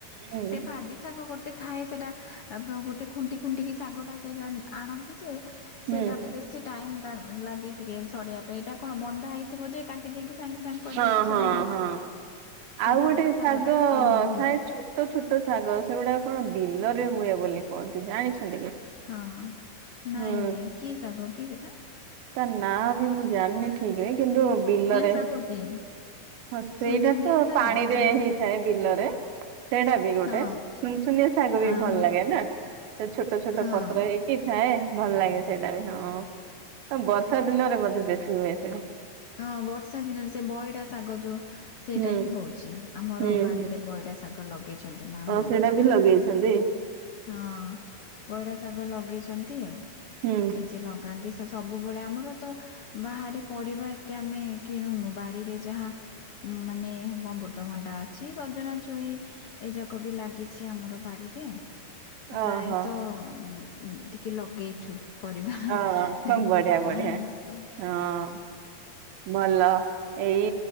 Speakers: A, on the right; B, on the left.
A: ହୁଁ
B: ସେ ଭାଜି ଶାଗ ଗୋଟେ ଥାଏ ସେଇଟା ଗୋଟେ ଖୁଣ୍ଟି ଖୁଣ୍ଟିକି ଶାଗଟା ସେଇଟା ଆଣନ୍ତି ଯେ
A: ହୁଁ।
B: ସେଇଟାକୁ ବେଶୀ ଟାଇମ୍ ତା ଲାଗେ ଟିକେ ଛଡେଇବା ପାଇଁ ଏଇଟା କଣ ବନ୍ଧା ହେଇଥିବ ଯେ କାଟି ଦେଇକି ସାଙ୍ଗେ ସାଙ୍ଗେ କରିବାକୁ
A: ହଁ ହଁ
B: ସୁବିଧା
A: ହଁ
B: ସେ
A: ଆଉ
B: ଭାଜି
A: ଗୋଟେ
B: ଶାଗଟା
A: ଶାଗ
B: ଟିକେ ଇଏ
A: ଥାଏ
B: ହୁଏ।
A: ଛୋଟ ଛୋଟ ଶାଗ ସେଗୁଡାକ କଣ ବିଲରେ ହୁଏ ବୋଲି କୁହନ୍ତି ଜାଣିଛନ୍ତି କି?
B: ହଁ ନାଇଁ
A: ହୁଁ
B: ନାଇଁ କି ଶାଗ କି ସେଟା?
A: ତା ନାଁ ବି ମୁଁ ଜାଣିନି ଠିକ ରେ କିନ୍ତୁ ବିଲ
B: ସାଗ କି।
A: ହଁ ସେଇଟା
B: ସୁନସୁନିଆ
A: ତ
B: ଶାଗ
A: ପାଣିରେ
B: କି ନା
A: ହେଇଥାଏ
B: ହଁ
A: ବିଲରେ ସେଇଟା ବି ଗୋଟେ
B: ଆ
A: ସୁନସୁନିଆ ଶାଗ
B: ହଁ
A: ବି ଭଲ ଲାଗେ ନା ସେ ଛୋଟ ଛୋଟ
B: ହଁ
A: ପତ୍ର ହେଇ ଥାଏ ଭଲ ଲାଗେ ସେଇଟା ବି ହଁ ବର୍ଷା ଦିନରେ ମଧ୍ୟେ ବେଶୀ ହୁଏ ସେଇଟା।
B: ହଁ ବର୍ଷା ଦିନରେ ସେ ବଇଟା ଶାଗ ଯୋଉ ସେଇଟା
A: ହୁଁ
B: ବି ହଉଛି ଆମର
A: ହୁଁ
B: ବାରିରେ
A: ହୁଁ
B: ପଇଡ଼ା ଶାଗ ଲଗେଇଛନ୍ତି ମା
A: ଓ
B: ହଁ।
A: ସେଇଟା ବି ଲଗେଇଛନ୍ତି।
B: ହଁ ପଇଡା ଶାଗ ଲଗେଇଛନ୍ତି ଅ।
A: ହୁଁ
B: ନିଜେ ଲଗାନ୍ତି ସବୁବେଳେ ଆମର ତ ବାହାରେ ପରିବା ଏତେ ଆମେ କିଣୁନୁ ବାରିରେ ଯାହା ମାନେ ମଁ ବବୃ। ରତଭଣ୍ଡା ଅଛି ସଜନା ଛୁଇଁ ଏଯାକ ବି ଲାଗିଛି ଆମର ବାଡିରେ। ପ୍ରାୟତ
A: ଓହୋ
B: ଉଁ ଉଁ କିଛି ଲଗେଇଛୁ। ପରିବା
A: ଅ ବଢିଆ
B: କେତେଟା
A: ବଢିଆ
B: ଏନ୍ତି।
A: ହଁ। ଭଲ ଏଇ